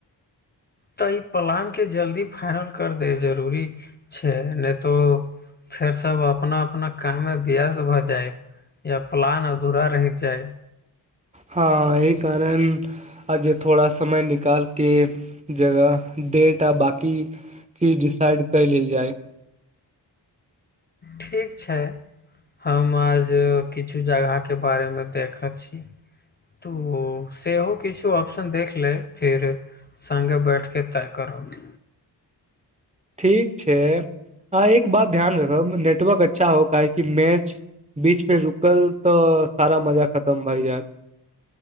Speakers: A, on the left; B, on the right.
A: तऽ ई प्लान के जल्दी फाइनल कर दे जरूरी छै नहि तो फेर सब अपना अपना काम मे व्यस्त भऽ जाय या प्लान अधूरा रहि जाय
B: हँ एहि कारण आज थोड़ा समय निकालके जगह डेट आ बाँकी की डिसाइड क लेल जाय
A: ठीक छै हम आज किछु जगह के बारे मे देखैत छी तो सेहो किछो ऑप्शन देख ले फेर सङ्गे बैठके तय करब
B: ठीक छै अह एक बात ध्यान रखब नेटवर्क अच्छा हो काहेकि मैच बीच मे रुकल तऽ सारा मजा खतम भए जायत